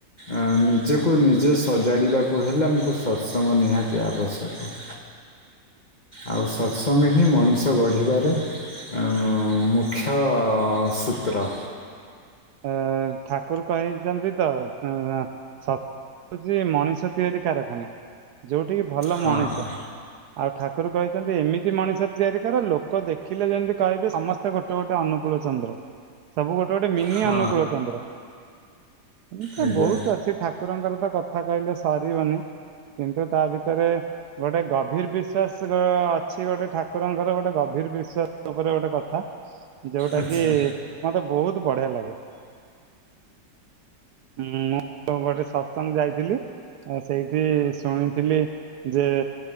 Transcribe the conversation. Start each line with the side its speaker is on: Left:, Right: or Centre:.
Left: ଆ ନିଜକୁ ନିଜେ ସଜାଡିବାକୁ ହେଲେ ଆମକୁ ସତ୍ସଙ୍ଗ ନିହାତି ଆବଶ୍ୟକ।
Right: <unintelligible>
Left: ଆଉ ସତ୍ସଙ୍ଗ ହିଁ ମଣି ଗଢିବାରେ ଅଁ ମୁଖ୍ୟ ସୂତ୍ର।
Right: ଏ ଠାକୁର କହିଛନ୍ତି ତ ଏଁ ସ ହଉଛି ମଣିଷ ତିଆରି କାରଖାନା ଯୋଉଠି କି ଭଲ
Left: ହଁ
Right: ମଣିଷ। ଆଉ ଠାକୁର କହିଛନ୍ତି ଏମିତି ମଣିଷ ତିଆରି କର ଲୋକ ଦେଖିଲେ ଯେମିତି କହିବେ ସମ ତେ ଗୋଟେ ଗୋଟେ ଅନୁକୂଳ ଚନ୍ଦ୍ର ସବୁ ଗୋଟେ ଗୋଟେ ନି
Left: ହଁ
Right: ଅନୁକୂଳ ଚନ୍ଦ୍ର <unintelligible>
Left: ଆଜ୍ଞା
Right: ବହୁତ ଅଛି ଠା କୁରଙ୍କର ତ କଥା କହିଲେ ସରିବନି କିନ୍ତୁ ତା ଭିତରେ। ଗୋଟେ ଗଭୀର ବିଶ୍ବାସ ଗ ଅଛି ଗୋଟେ ଠାକୁରଙ୍କର ଗୋଟେ ଗଭୀର ବିଶ୍ବାସ ଉପରେ ଗୋଟେ କଥା। ଯୋଉଟା
Left: ଆଚ୍ଛା
Right: କି ମତେ ବହୁତ ବଢିଆ ଲାଗେ। ମୁଁ ଗୋଟେ ସତ୍ସଙ୍ଗ ଯାଇଥିଲି। ଏ ସେଇଠି ଶୁଣିଥିଲି ଯେ